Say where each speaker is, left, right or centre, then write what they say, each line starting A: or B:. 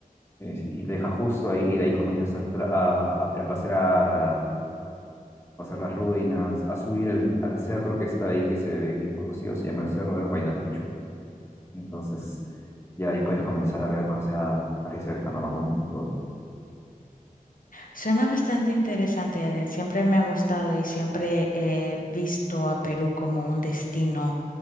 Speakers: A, on the left (about 15°); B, on the left (about 65°).
A: sí, sí, y te deja justo ahí, y de ahí comienzas a, entra- a, a- a pasear, a hacer las ruinas, a subir el- al cerro que está ahí, que se ve bien conocido, se llama el Cerro del Huayna Picchu. Entonces, ya ahí puedes comenzar a ver más ya, más de cerca, ¿no? Más bonito todo.
B: Suena bastante interesante, Edel. Siempre me ha gustado y siempre he visto a Perú como un destino